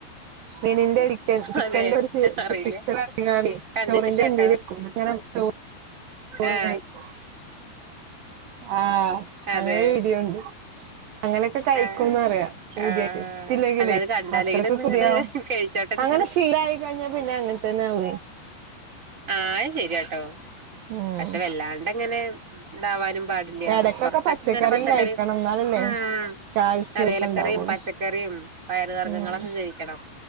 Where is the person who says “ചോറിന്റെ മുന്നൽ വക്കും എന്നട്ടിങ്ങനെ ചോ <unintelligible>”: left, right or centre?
Right